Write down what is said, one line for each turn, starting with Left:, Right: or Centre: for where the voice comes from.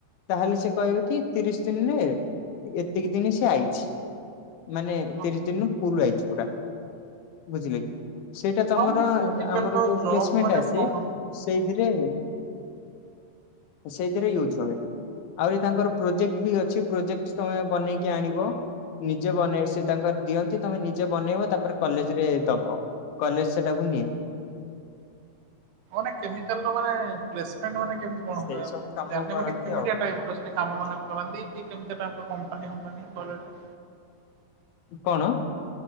Left: ତାହେଲେ ସେ କହିବେ କି ତିରିଶ ଦିନରେ ଏତିକି ଦିନ ସେ ଆଇଛି ମାନେ
Right: ହଁ
Left: ତିରିଶ ଦିନ ଫୁଲ ଆଇଛି ପୁରା ବୁଝିଲେ କି ସେଇଟା ତମର
Right: ଆଉ ମାନେ କେମିକାଲର
Left: ଆମର ଯୋଉ
Right: ଜବ୍
Left: ପ୍ଲେସମେଣ୍ଟ
Right: ମାନେ
Left: ଆସ
Right: କଣ?
Left: ସେଇଥିରେ ସେଇଥିରେ ୟୁଜ ହଏ। ଆହୁରି ତାଙ୍କର ପ୍ରୋଜେକ୍ଟ ବି ଅଛି ପ୍ରୋଜେକ୍ଟ ତମେ ବନେଇକି ଆଣିବ ନିଜେ ବନେଇ ସେ ତାଙ୍କର ଦିଅନ୍ତି ତମେ ନିଜେ ବନେଇବ ତାପରେ କଲେଜ ରେ ଦବ। କଲେଜ ସେଟାକୁ ନେଇ
Right: େ କେମିକାଲ ମାନ୍ଲେମେଣ୍ଟ ାନ କେମିତି କଣ
Left: ସେଇ
Right: ହୁଏ
Left: ସବୁ କାମ
Right: ଜାନ
Left: କରନ୍ତି
Right: ମାନ କେମିତି
Left: ଆଉ
Right: ଟାଇପ ର ସେଠ କାମ ମାନ କରନ୍ତି କି କେମିତି ଟ କମ୍ପାନୀମ୍ପାନୀ କଲରେ
Left: କଣ?